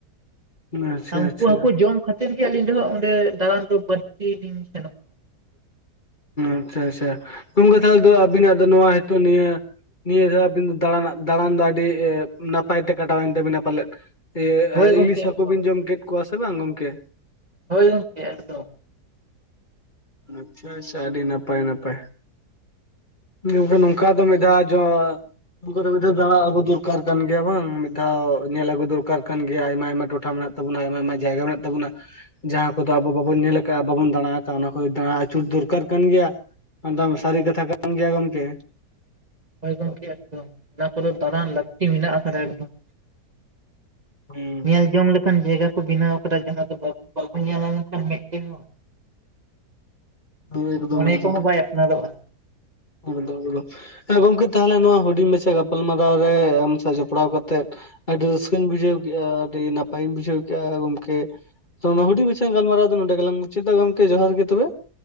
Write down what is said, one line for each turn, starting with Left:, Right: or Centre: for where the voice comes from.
Left: ᱟᱪᱪᱷᱟ
Right: ᱩᱱᱠᱩ
Left: ᱟᱪᱪᱷᱟ
Right: ᱦᱟᱹᱠᱩ ᱡᱚᱢ ᱠᱷᱟᱹᱛ- ᱛᱤᱨ ᱜᱮ ᱟᱹᱞᱤᱧ ᱫᱚ <unintelligible> ᱚᱸᱰᱮ ᱫᱟᱲᱟᱱ ᱫᱚ ᱵᱟᱹᱲᱛᱤ ᱞᱤᱧ ᱥᱮᱱᱚᱜᱼᱟ᱾
Left: ᱟᱪᱪᱷᱟ ᱟᱪᱪᱷᱟ ᱜᱚᱝᱠᱮ ᱛᱟᱦᱞᱮ ᱫᱚ ᱟᱵᱤᱱᱟᱜ ᱫᱚ ᱱᱚᱣᱟ ᱦᱤᱛᱚᱜ ᱱᱤᱭᱟᱹ ᱱᱤᱭᱟᱹ ᱫᱷᱟᱣ ᱟᱵᱤᱱ ᱫᱟᱬᱟᱱᱟᱜ ᱫᱟᱬᱟᱱ ᱫᱚ ᱟᱹᱰᱤ ᱱᱟᱯᱟᱭ ᱛᱮ ᱠᱟᱴᱟᱣᱮᱱ ᱛᱟᱵᱤᱱᱟ ᱯᱟᱞᱮᱫ ᱤᱭᱟᱹ
Right: ᱦᱳᱭ
Left: ᱟᱨ
Right: ᱜᱚᱢᱠᱮ
Left: ᱤᱞᱤᱥ ᱦᱟᱹᱠᱩ
Right: ᱮᱠᱫᱚᱢ
Left: ᱵᱤᱱ ᱡᱚᱢ ᱠᱮᱫ ᱠᱚᱣᱟ ᱥᱮ ᱵᱟᱝ ᱜᱚᱝᱠᱮ
Right: ᱦᱳᱭ ᱜᱚᱝᱠᱮ ᱮᱠᱫᱚᱢ
Left: ᱟᱪᱪᱷᱟ ᱟᱪᱪᱷᱟ ᱟᱹᱰᱤ ᱱᱟᱯᱟᱭ ᱱᱟᱯᱟᱭ ᱜᱚᱝᱠᱮ ᱱᱚᱝᱠᱟ ᱫᱚ ᱢᱤᱫ ᱫᱷᱟᱣ ᱡᱚ ᱚᱱᱟ ᱠᱚᱨᱮ ᱢᱤᱫ ᱫᱷᱟᱣ ᱫᱟᱬᱟ ᱟᱹᱜᱩ ᱫᱩᱨᱠᱟᱨ ᱠᱟᱱ ᱜᱮᱭᱟ ᱵᱟᱝ ᱢᱤᱫ ᱫᱷᱟᱣ ᱧᱮᱞ ᱟᱹᱜᱩ ᱫᱩᱨᱠᱟᱨ ᱠᱟᱱ ᱜᱮᱭᱟ ᱟᱭᱢᱟ ᱟᱭᱢᱟ ᱴᱚᱴᱷᱟ ᱢᱮᱱᱟᱜ ᱛᱟᱵᱩᱱᱟ ᱟᱭᱢᱟ ᱟᱭᱢᱟ ᱡᱟᱭᱜᱟ ᱢᱮᱱᱟᱜ ᱛᱟᱵᱩᱱᱟ ᱡᱟᱦᱟᱸ ᱠᱚᱫᱚ ᱟᱵᱚ ᱵᱟᱵᱚᱱ ᱧᱮᱞ ᱟᱠᱟᱜ ᱼᱟ ᱵᱟᱵᱚᱱ ᱫᱟᱬᱟ ᱟᱠᱟᱜᱼᱟ ᱚᱱᱟ ᱪᱷᱩᱸᱛ ᱫᱩᱨᱠᱟᱨ ᱠᱟᱱ ᱜᱮᱭᱟ ᱮᱠᱫᱚᱢ ᱥᱟᱹᱨᱤ ᱠᱟᱛᱷᱟ ᱠᱟᱱ ᱜᱮᱭᱟ ᱜᱚᱢᱠᱮ
Right: ᱦᱚᱭ ᱜᱚᱝᱠᱮ ᱮᱠᱫᱚᱢ ᱚᱱᱟ ᱠᱚᱫᱚ ᱫᱟᱬᱟᱱ ᱞᱟᱹᱠᱛᱤ ᱢᱮᱱᱟᱜ ᱟᱠᱟᱫᱟ ᱮᱠᱫᱚᱢ
Left: ᱦᱩᱸ
Right: ᱧᱮᱞ ᱡᱚᱝ ᱞᱮᱠᱟᱱ ᱡᱟᱭᱜᱟ ᱠᱚ ᱵᱮᱱᱟᱣ ᱟᱠᱟᱫᱟ ᱡᱟᱦᱟᱸ ᱫᱚ ᱵᱟᱵᱚ ᱧᱮᱞ ᱟᱱᱠᱷᱟᱱ ᱢᱮᱫ ᱛᱮᱦᱚᱸ
Left: ᱮᱠᱫᱚᱢ ᱮᱠᱫᱚᱢ
Right: ᱢᱚᱱᱮ ᱠᱚ ᱦᱚᱸ ᱵᱟᱭ ᱟᱯᱱᱟᱨᱚᱜᱼᱟ
Left: ᱦᱮᱸ ᱜᱚᱝᱠᱮ ᱛᱟᱦᱚᱞᱮ ᱱᱚᱣᱟ ᱦᱩᱰᱤᱧ ᱢᱟᱪᱷᱟ ᱜᱟᱯᱟᱞᱢᱟᱨᱟᱣ ᱨᱮ ᱟᱢ ᱥᱟᱶ ᱡᱚᱯᱲᱟᱣ ᱠᱟᱛᱮᱫ ᱟᱹᱰᱤ ᱨᱟᱹᱥᱠᱟᱹᱧ ᱵᱩᱡᱷᱟᱹᱣ ᱠᱮᱜᱼᱟ ᱟᱹᱰᱤ ᱱᱟᱯᱟᱭᱤᱧ ᱵᱩᱡᱷᱟᱹᱣ ᱠᱮᱷᱼᱟ ᱜᱚᱝᱠᱮ ᱛᱚ ᱱᱚᱣᱟ ᱦᱩᱰᱤᱧ ᱢᱟᱪᱷᱟ ᱜᱟᱞᱢᱟᱨᱟᱣ ᱫᱚ ᱱᱚᱸᱰᱮ ᱜᱮᱞᱟᱝ ᱢᱩᱪᱟᱹᱫᱟ ᱜᱚᱝᱠᱮ ᱡᱚᱦᱟᱨ ᱜᱮ ᱛᱚᱵᱮ